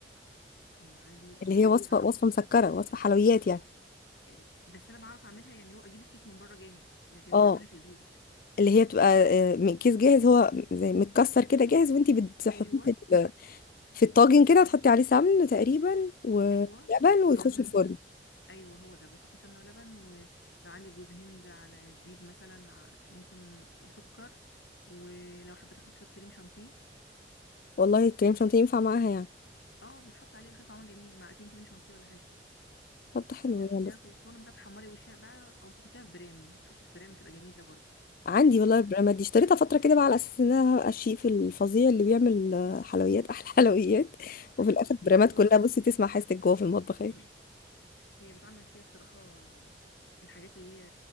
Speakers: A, on the left (about 75°); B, on the left (about 50°).
A: ام علي اللي
B: اللي هي وصفة
A: هي بتاع
B: وصفة مسكرة وصفة حلويات يعني
A: ال- بس انا بعرف اعملها يعني لو اجيب الكيس من بره جاهز لكن
B: اه
A: مش اعملها في البيت
B: اللي هي بتبقى آه، من كيس جاهز هو زي متكسر كده جاهز وانتي بتحطيه
A: ايوه
B: في ال- في الطاجن كده وتحطي عليه سمن تقريبا ولبن
A: ايوه ولبن
B: ويخش الفرن
A: ايوه هو ده بحط سمنه ولبن ولو عندي جوز هند على زبيب مثلا ع- ممكن وسكر ولو حبيت احط شويه كريم شانتيه
B: والله الكريم شانتيه ينفع معاها يعني
A: اه بيتحط عليه بيخلي طعمها جميل معلقتين كريم شانتيه ولا حاجه
B: طب ده حلو
A: وتحطيها
B: يعني
A: في الفرن ما كانت تحمري وشها بقى او تحطيها في برام تحطي في برام بتبقى جميله برضو
B: عندي والله
A: طب.
B: البراند دي اشتريتها فترة كده بقى على أساس إن أنا هبقى الشيف الفظيع اللي بيعمل آه، حلويات أحلى <laughs> حلويات وفي
A: ايوه
B: الآخر البرامات
A: وبطلتي
B: كلها بصي تسمع حاجتك جوه في المطبخ اهي
A: <clears throat> هي بتعمل فيها بصراحه الحاجات اللي هي